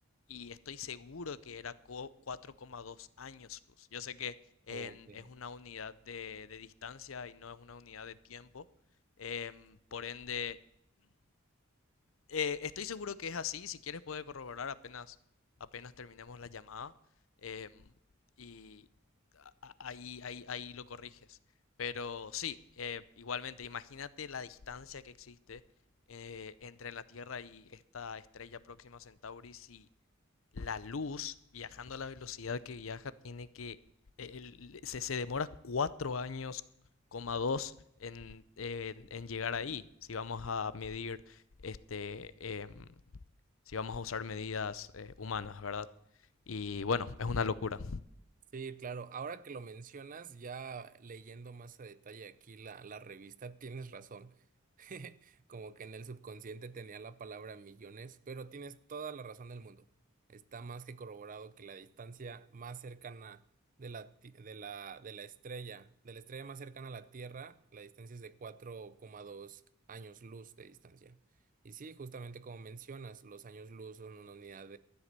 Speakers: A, on the left; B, on the right.
A: y estoy seguro que era co- 4,2 años luz. Yo sé que en-
B: Ok.
A: es una unidad de, de distancia y no es una unidad de tiempo. em, por ende, eh, estoy seguro que es así, si quieres puede corroborar apenas, apenas terminemos la llamada em, y a- a- ahí, ahí, ahí lo corriges. Pero sí, eh, igualmente, imagínate la distancia que existe eh, entre la Tierra y esta estrella próxima a Centauri si la luz, viajando a la velocidad que viaja, tiene que, e, el- se, se demora cuatro años, coma dos, en, en- en llegar ahí. Si vamos a medir, este, em, si vamos a usar medidas eh, humanas, ¿verdad? Y bueno, es una locura.
B: Sí, claro. Ahora que lo mencionas, ya leyendo más a detalle aquí la, la revista, tienes razón. <laughs> Como que en el subconsciente tenía la palabra millones, pero tienes toda la razón del mundo. Está más que corroborado que la distancia más cercana de la, ti- de la, de la estrella, de la estrella más cercana a la Tierra, la distancia es de cuatro coma dos años luz de distancia. Y sí, justamente como mencionas, los años luz son una unidad